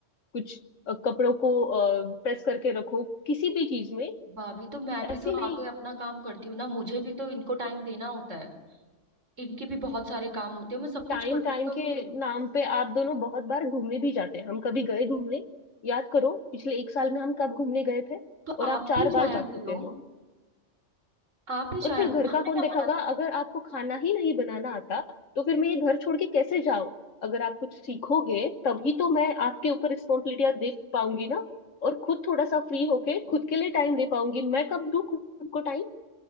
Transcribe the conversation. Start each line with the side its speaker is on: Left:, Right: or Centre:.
Left: कुछ अ, कपड़ों को प्रेस करके रखो किसी भी चीज में
Right: भाभी तो मैं भी
Left: ऐसी
Right: तो
Left: नहीं
Right: आके अपना काम करती हूँ ना मुझे भी तो इनको टाइम देना होता है इनके भी बहुत सारे काम होते हैं मैं सब कुछ
Left: टाइम
Right: करती
Left: टाइम
Right: तो होती
Left: के
Right: हूँ
Left: नाम पे आप दोनों बहुत बार घूमने भी जाते हैं हम कभी गए घूमने याद करो पिछले एक साल में हम कब घूमने गए थे
Right: तो
Left: और
Right: आप
Left: आप चार
Right: भी जाया
Left: बार जा
Right: करो
Left: चुके हो
Right: आप भी
Left: और
Right: जाया
Left: फिर
Right: करो
Left: घर का
Right: आपने
Left: कौन
Right: क्या
Left: देखेगा
Right: मना किया है?
Left: अगर आपको खाना ही नहीं बनाना आता तो फिर मैं ये घर छोड़ के कैसे जाऊं अगर आप कुछ सीखोगे तभी तो मैं आपके ऊपर रिस्पॉन्सिबिलिटियां दे पाऊंगी ना और खुद थोड़ा सा फ्री होके खुद के लिए टाइम दे पाऊंगी मैं कब दूं खुद को टाइम